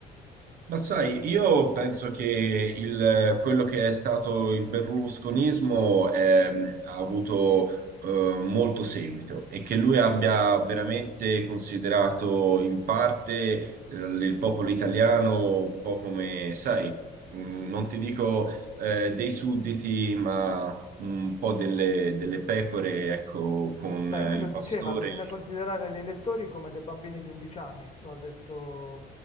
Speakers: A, on the right; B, on the left.
A: Ma sai, io penso che il- quello che è stato il berlusconismo ehm, ha avuto eh, molto seguito e che lui abbia veramente considerato in parte eh, il popolo italiano un po' come, sai, mh, non ti dico eh, dei sudditi, ma un po' delle, delle pecore, ecco, con
B: Beh,
A: eh,
B: lui
A: il
B: lo
A: pastore.
B: diceva, bisogna considerare gli elettori come dei bambini di 11 anni, lo ha detto,